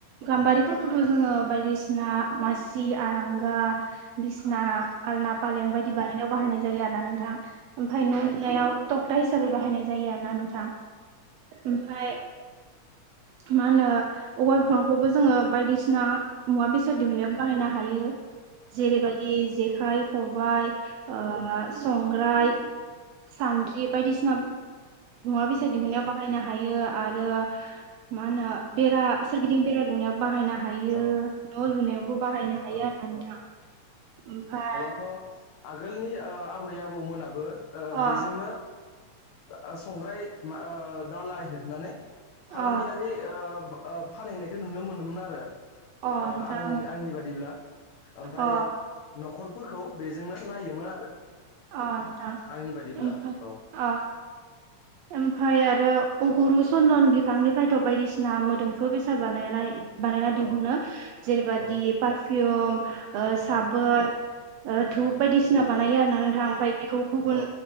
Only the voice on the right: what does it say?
गाम्बारिफोर खौथ जोंङो बायदिसिना मासि आरांगा बिसिना आलना फालें बायदि बानायनायाव बाहायनाय जायो आरोना नोंथां ओमफाय नुनायाव थकता हिसाबै बाहायनाय जायो आरोना नोंथां ओमफाय मा होनो औवा बिफांखौबो जोंङो बायदिसिना मुवा बेसाद दिहुननायाव बाहायनो हायो जेरैबायदि जेखाय खबाइ ओ संग्राय सान्द्रि बायदिसिना मुवा बेसाद दिहुननायाव बाहायनो हायो आरो मा होनो बेरा सोरगिदिं बेरा दुमनायाव बाहायनो हायो
न लुनायावबो बाहायनो हायो
आरोना नोंथां ओमफाय
अ
अ
अ
नोंथां
अ
अ नोंथां
ओमफाय
ओ ओमफाय आरो अगुरु चन्दन बिफांनिफ्रायथ बायदिसिना मोदोमफ्रु बेसाद बानायनाय बानायना दिहुनो
जेरैबादि
पारफिउम ओ साबोन
ओ धुप
बायदिसिना बानायो आरोना नोंथां ओमफाय बेखौ गुबुन